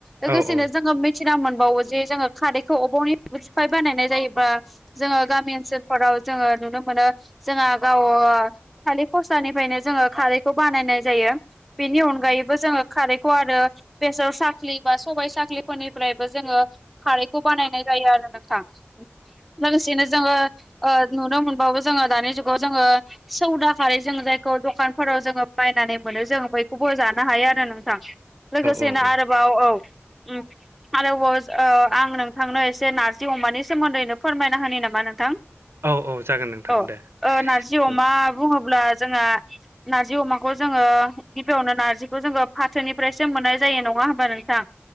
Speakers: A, in the centre; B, on the right.
A: लोगोसेनो
B: औ औ
A: जोङो मिथिना मोनबावो जे जोङो खारैखौ अबावनि सिफाय बानायनाय जायोबा जोङो गामि ओनसोल फोराव जोङो नुनो मोनो जोंहा गाव खालि फस्लानिफ्रायनो जोङो खारैखौ बानायनाय जायो। बेनि अनगायैबो जोङो खारैखौ आरो बेसर साख्रि बा सबाय साख्रिफोरनिफ्रायबो जोङो खारैखौ बानायनाय जायो आरो नोंथां लोगोसेनो जोङो नुनो मोनबावो जोङो दानि जुगाव जोङो सौद खारै जों जायखौ दखानफोराव जोङो बायनानै मोनो जों बयखौबो जानो हायो आरो नों लोगोसेनो
B: उम,
A: आरोबाव औ आरोबाव आं नोंथांनो एसे नार्जि अमानि सोमोन्दैनो फोरमायना होो नामा नोंथां
B: औ औ जागोन नोंथां
A: औ
B: दे
A: नारजि अमा
B: उम,
A: बुङोब्ला जोंहा नार्जि अमाखौ जोङो गिबियावनो नारजिखौ जोङो फाथोनिफ्रायसो मोननाय जायो नङा होमबा नोंथां?